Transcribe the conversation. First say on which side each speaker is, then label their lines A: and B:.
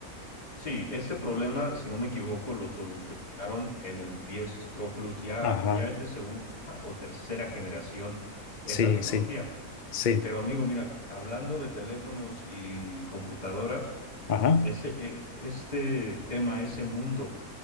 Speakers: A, on the left; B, on the left.
A: Sí, este problema, si no me equivoco, lo solucionaron en el 10 Pro Plus. Ya,
B: Ajá,
A: ya es de segunda o tercera generación esa
B: sí,
A: tecnología.
B: sí, sí,
A: Pero amigo, mira, hablando de teléfonos y computadoras,
B: ajá,
A: ese, eh, este tema, ese mundo